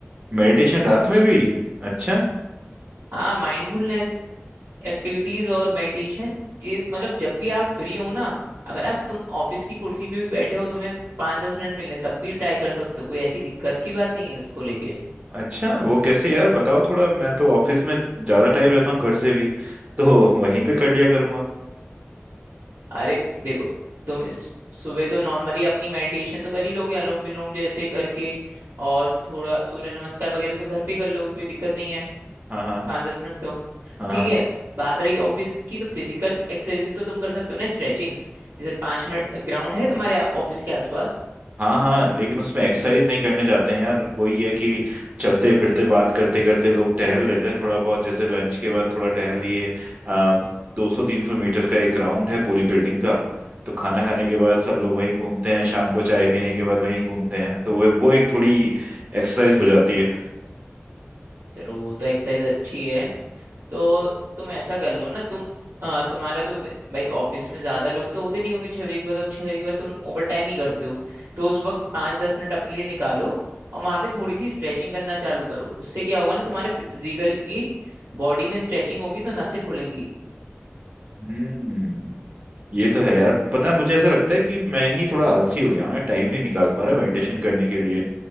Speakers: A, on the right; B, on the right.
A: मेडिटेशन रात में भी अच्छा
B: हाँ माइंडफुलनेस एक्टिविटीज और मेडिटेशन ये मतलब जब भी आप फ्री हो ना अगर आप तुम ऑफिस की कुर्सी पे भी बैठे हो तुम्हें पाँच दस मिनट मिल रहे हैं, तब भी ट्राई कर सकते हो कोई ऐसी दिक्कत की बात नहीं है इसको लेके
A: अच्छा वो कैसे यार बताओ थोड़ा मैं तो ऑफिस में ज़्यादा टाइम रहता हूँ घर से भी तो वहीं पे कर लिया करूँगा
B: अरे देखो तुम इस सुबह तो नॉर्मली अपनी मेडिटेशन तो कर ही लोगे अनुलोम विलोम जैसे करके और थोड़ा सूर्य नमस्कार वगैरह तो घर पे ही कर लोगे कोई दिक्कत नहीं है
A: हाँ हाँ
B: पाँच दस मिनट तो
A: हाँ
B: ठीक
A: हाँ
B: है बात रही ऑफिस की तो फिजिकल एक्सरसाइजेस तो तुम कर सकते हो ना स्ट्रेचिंग्स जैसे पाँच मिनट ग्राउंड है तुम्हारे ऑफिस के आसपास
A: हाँ हाँ लेकिन उसमें एक्सरसाइज नहीं करने जाते हैं यार वही है कि चलते फिरते बात करते करते लोग टहल लेते हैं थोड़ा बहुत जैसे लंच के बाद थोड़ा टहल लिए आ, दो सौ तीन सौ मीटर का एक राउंड है पूरी बिल्डिंग का तो खाना खाने के बाद सब लोग वहीं घूमते हैं शाम को चाय पीने के बाद वहीं घूमते हैं तो वो वो एक थोड़ी एक्सरसाइज हो जाती है
B: चलो वो तो एक्सरसाइज अच्छी है तो तुम ऐसा कर लो ना तुम अ, तुम्हारा तो वे- भाई ऑफिस में ज्यादा लोग तो होते नहीं होंगे छह बजे के बाद और छह बजे के बाद तुम ओवर टाइम ही करते हो तो उस वक्त पाँच दस मिनट अपने लिए निकालो और वहां पे थोड़ी सी स्ट्रेचिंग करना चालू करो उससे क्या होगा ना तुम्हारे फिजिकली बॉडी में स्ट्रेचिंग होगी तो नसें खुलेंगी
A: हम्म ये तो है यार पता है मुझे ऐसा लगता है कि मैं ही थोड़ा आलसी हो गया हूँ टाइम नहीं निकाल पा रहा मेडिटेशन करने के लिए